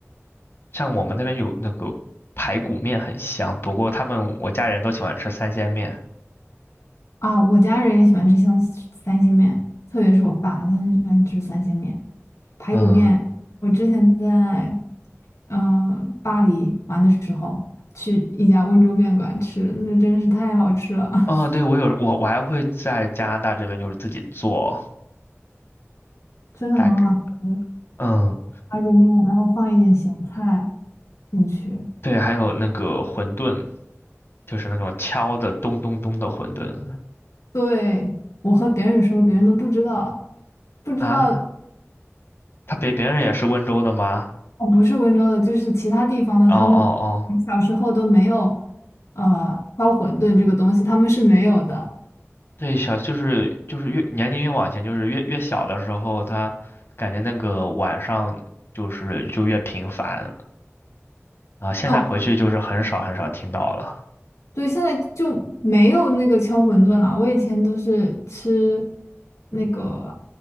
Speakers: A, on the left; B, on the left.
A: 像我们那边有那个排骨面很香，不过他们我家人都喜欢吃三鲜面。
B: 啊，我家人也喜欢吃像三鲜面，特别是我爸，他很喜欢吃三鲜面、排骨面。
A: 嗯，
B: 我之前在嗯、呃巴黎玩的时候，去一家温州面馆吃，那真是太好吃了，
A: 哦，
B: <laughs>
A: 对，我有我我还会在加拿大这边就是自己做，
B: 真的很好吃。
A: 大概嗯。
B: 排骨面，然后放一点咸菜进去。
A: 对，还有那个馄饨，就是那种敲的咚咚咚的馄饨
B: 对，我和别人说，别人都不知道，不知道
A: 啊。他别别人也是温州的吗？
B: 哦，不是温州的，就是其他地方的，
A: 哦哦哦，
B: 他们小时候都没有，呃，敲馄饨这个东西，他们是没有的。
A: 对，小就是就是越年龄越往前，就是越越小的时候，他感觉那个晚上就是就越频繁啊。现在回去就是很少很少听到了。
B: 哦，对，现在就没有那个敲馄饨了。我以前都是吃那个，